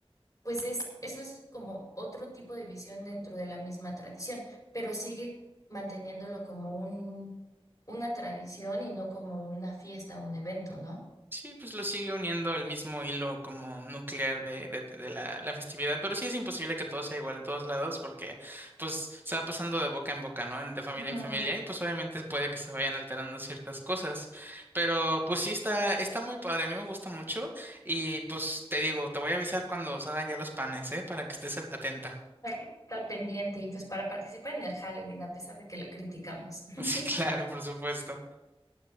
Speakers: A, on the left; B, on the right.
A: Pues es, eso es como otro tipo de visión dentro de la misma tradición, pero sigue manteniéndolo como un, una tradición y no como una fiesta o un evento, ¿no?
B: Sí, pues lo sigue uniendo el mismo hilo como nuclear de, de- de la, la festividad, pero sí es imposible que todo sea igual en todos lados porque pues se va pasando de boca en boca, ¿no? En- De familia
A: Ujú.
B: en familia y pues obviamente puede que se vayan alterando ciertas cosas, pero pues sí está, está muy padre, a mí me gusta mucho y pues te digo, te voy a avisar cuando salgan ya los panes, ¿eh? Para que estés al- atenta.
A: Hay que estar pendiente y pues para participar en el Halloween, a pesar de que lo criticamos. <laughs>
B: <laughs> Sí, claro, por supuesto.